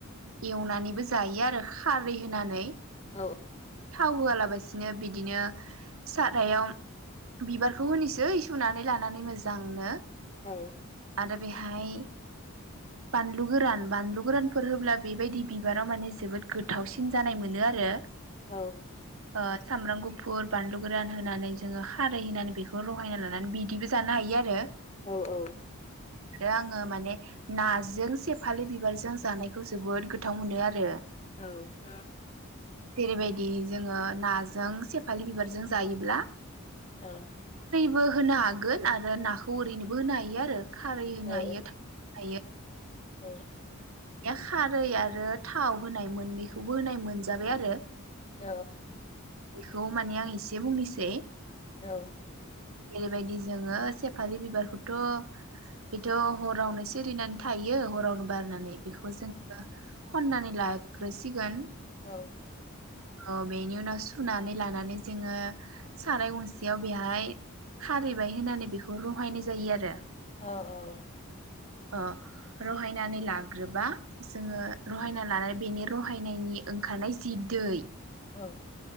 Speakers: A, on the right; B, on the left.
A: एवनानैबो जायो आरो खारै होनानै।
B: औ
A: थाव होयाबालासि दिनो बिदिनो सारायाव बिबारखौ होनोसै सुनानै लानानै मोजांनो
B: औ।
A: आरो बेहाय बानलु गोरान बानलु गोरानफोर होब्ला बेबायदि बिबारा माने जोबोद गोथावसिन जानाय मोनो आरो।
B: औ।
A: ओ सामब्राम गुफुर बानलु गोरान होनानै जोङो खारै होनानै बेखौ रहायना लानानै बिदैबो जानो हायो आरो।
B: औ औ।
A: दा आङो माने नाजों से फालि बिबारजों जानायखौ जोबोद गोथाव मोनो आरो।
B: औ <unintelligible>
A: जेरैबायदि जोङो नाजों सेफालि बिबारजों जायोब्ला
B: औ ।
A: बो होनो हागोन आरो नाखौ ओरैनोबो होनो हायो आरो खारै होनो
B: औ
A: हायो एयो
B: औ ।
A: खारै आरो थाव होनाय मोननैखौबो होनाय मोनजाबाय आरो
B: औ
A: बेखौ माने आं एसे बुंनोसै ।
B: औ ।
A: ओेरैबायदि जोङो सेफालि बिबारखौथ' बेथ' हरावनो सिरिनानै थायो हराव बारनानै बेखौ जों <inaudible> खननानै लाग्रोसिगोन
B: औ ।
A: अ बेनि उनाव सुनानै लानानै जोङो साराय गंसेयाव बेहाय खारैबाय होननानै बेखौ रहायनाय जायो आरो
B: औ औ औ ।
A: अ रहायनानै लाग्रोबा जोङो रहायना लानानै बेनि रहायनायनि ओंखारनाय जि दै
B: औ ।